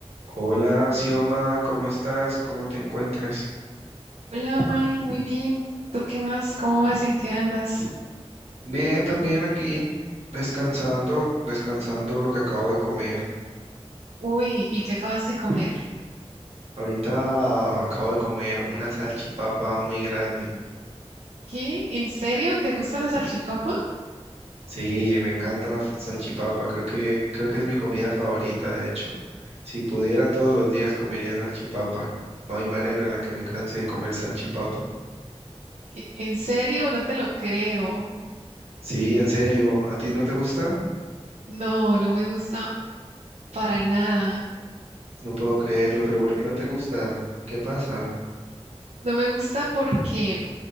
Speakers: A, on the right; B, on the right.
A: Hola, Sioma, ¿cómo estás? ¿Cómo te encuentras?
B: Hola, May, muy bien. ¿Tú qué más? ¿Cómo vas? ¿En qué andas?
A: Bien, también aquí, descansando, descansando lo que acabo de comer.
B: Uy, ¿y qué acabas de comer?
A: Ahorita acabo de comer una salchipapa muy grande.
B: ¿Qué? ¿En serio? ¿Te gusta la salchipapa?
A: Sí, me encanta la fa- salchipapa, creo que, creo que es mi comida favorita, de hecho. Si pudiera todos los días comería salchipapa. No hay manera en la que me canse de comer salchipapa.
B: ¿Qué? ¿En serio? No te lo creo.
A: Sí, en serio, ¿a ti no te gusta?
B: No, no me gusta para nada.
A: No puedo creerlo, pero ¿por qué no te gusta? ¿Qué pasa?
B: No me gusta porque